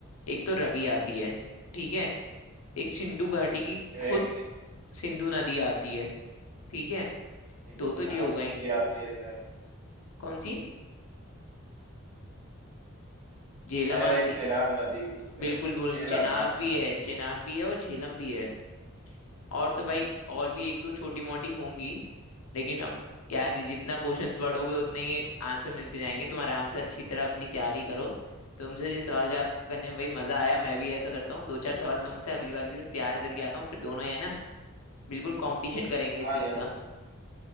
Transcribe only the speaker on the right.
हाँ
भाई
एक
एक
चेनाब
नदी आती है शायद
शायद
एक चेनाब नदी कुछ कर
चेलम
हाँ चेलम
हाँ
यार
बिल्कुल